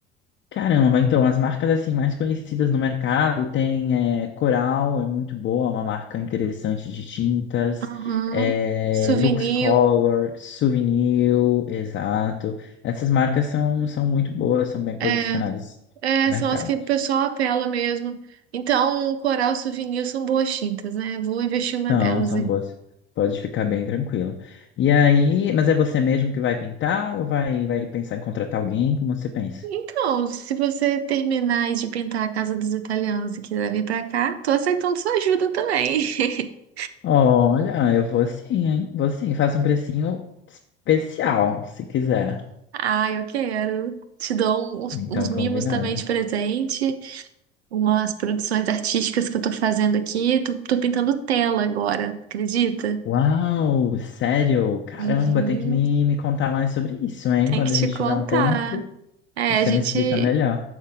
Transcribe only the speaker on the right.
Uhum.
Souvenir.
É,
é,
são
as que o pessoal apela mesmo. Então, um coral souvenir são boas tintas, né? Vou investir uma
delas
aí.
Então, se você terminar aí de pintar a casa dos italianos e quiser vir pra cá, tô aceitando sua ajuda também. <laughs>
Ah, eu quero. Te dou um, uns,
uns mimos
também de presente, umas produções artísticas que eu tô fazendo aqui. Tô, tô pintando tela agora, acredita?
Uhum,
tem
que te
contar.
É,
a gente,